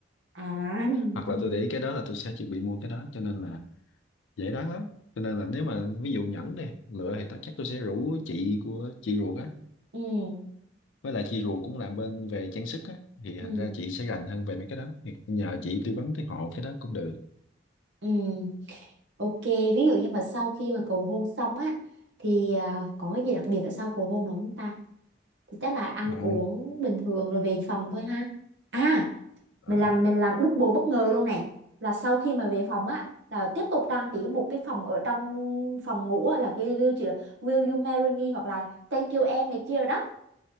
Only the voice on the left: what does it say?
hoặc là tôi
để ý cái đó là tôi sẽ chuẩn bị mua cái đó cho nên là dễ đoán lắm cho nên là nếu mà ví dụ nhẫn đi lựa thì ta- chắc tôi sẽ rủ chị của chị ruột á
với lại chị ruột cũng làm bên về trang sức á thì
thành ra chị sẽ rành hơn về mấy cái đó thì nhờ chị tư vấn tới hộ cái đó cũng được
à,
à,